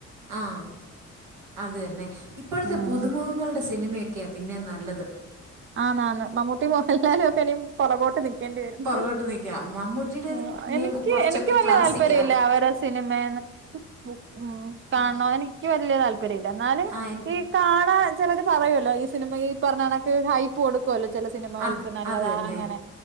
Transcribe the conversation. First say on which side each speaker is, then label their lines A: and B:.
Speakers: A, on the right; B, on the right.
A: ആഹ് അതന്നെ ഇപ്പോഴത്തെ
B: ഉം
A: പുതുമുഖങ്ങളുടെ സിനിമക്കെയാ പിന്നേം നല്ലത്
B: ആന്ന് ആന്ന് മമ്മൂട്ടി മോഹൻലാലും ഒക്കെ ഇനി പുറകോട്ട് നിക്കേണ്ടി വരും
A: പുറകോട്ട് നിൽക്കുക മമ്മൂട്ടിയുടേത്
B: ആ
A: പിന്നെയും
B: എനിക്ക്
A: കുറച്ചൊക്കെ
B: എനിക്ക് വലിയ
A: ക്ലാസിക്കാ
B: താല്പര്യമില്ല അവര സിനിമേന്ന് <unintelligible> ഉം കാണുവാന്ക്ക്
A: ആ
B: വലിയ താല് ല്പര്യല്ല എന്നാലും
A: ആ എൻ-
B: ഈ കാണാൻ ചിലര് പറയുവല്ലോ ഈ സിനിമ ഈ പറഞ്ഞ കണ ക്ക് ഹൈപ്പ് കൊടു ക്കുവല്ല ചില സിനിമകൾക്ക്
A: അത്
B: നല്ലതാ
A: അത് തന്നെ
B: അങ്ങനെ